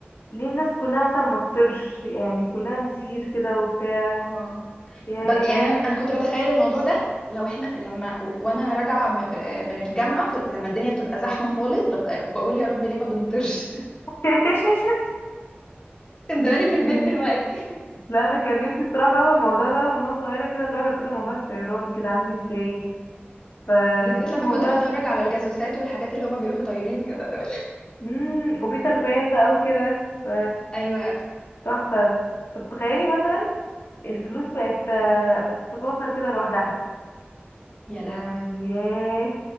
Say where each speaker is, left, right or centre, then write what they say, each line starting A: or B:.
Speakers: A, on the left; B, on the left.
A: ليه الناس كلها مثلا ما تطيرش يعني كلها نطير كده وبتاع
B: اه
A: ياه
B: ب- يعني انا انا كنت بتخيل الموضوع ده لو احنا لما و- وانا راجعه م- آه، من الجامعه ف- لما الدنيا بتبقى زحمه خالص ببقى بقول يا رب ليه ما بنطرش
A: <laughs>
B: <laughs> كان زماني في البيت دلوقتي
A: لا انا كان نفسي بصراحة اعمل الموضوع ده من وانا صغيرة كده اجرب كده موضوع الطيران كده عامل ازاي فتحس
B: بالذات لما
A: الموضوع
B: كنت بتفرج على الجاسوسات والحاجات اللي هما بيروحوا طايرين كده دول
A: امم وبيتر بان بقى وكده ف
B: <laughs> ايوه
A: تحفة طب تخيلي مثلا الفلوس بقت آه، بتتكاثر كده لوحدها
B: يا
A: يعني
B: لهوي
A: ياه